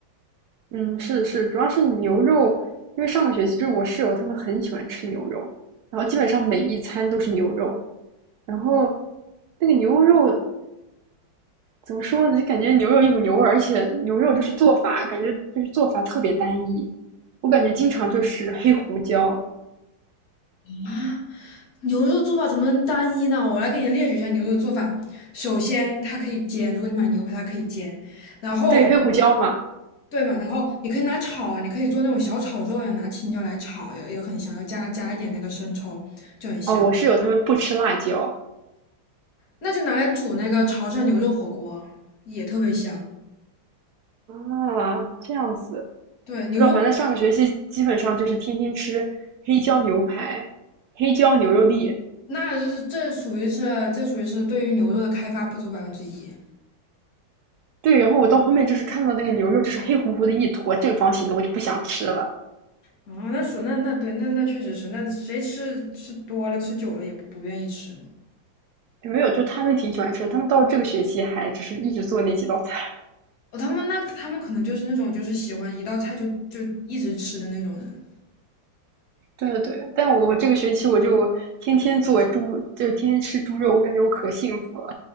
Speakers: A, on the right; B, on the left.
A: 嗯，是是，主要是牛肉，因为上个学期就是我室友他们很喜欢吃牛肉，然后基本上每一餐都是牛肉，然后那个牛肉怎么说呢，就感觉牛肉一股牛味儿，而且牛肉就是做法，感觉就是做法特别单一，我感觉经常就是黑胡椒，
B: 啊牛肉做法怎么能单一呢？我来给你列举一下牛肉做法。首先，它可以煎，如果你买牛排，它可以煎。然后，
A: 对，黑胡椒嘛，
B: 对嘛，然后你可以拿炒啊，你可以做那种小炒肉呀，拿青椒来炒，也也很香，要加加一点那个生抽，就很香。
A: 哦，我室友他们不吃辣椒
B: 那就拿来煮那个潮汕牛肉火锅，也特别香。
A: 啊，这样子，
B: 对，牛肉，
A: 不知道，反正上个学期基本上就是天天吃黑椒牛排、黑椒牛肉粒。
B: 那就是这属于是这属于是对于牛肉的开发不足百分之一。
A: 对，然后我到后面就是看到那个牛肉就是黑乎乎的一坨正方形的，我就不想吃了。
B: 哦，那属那那对那那确实是，那谁吃吃多了吃久了也不不愿意吃嘛。
A: 有没有，就他们挺喜欢吃的他们到这个学期还就是一直做那几道菜。<laughs>
B: 哦，他们那他们可能就是那种就是喜欢一道菜就就一直吃的那种人。
A: 对对对，但我这个学期我就天天做猪，就是天天吃猪肉，我感觉我可幸福了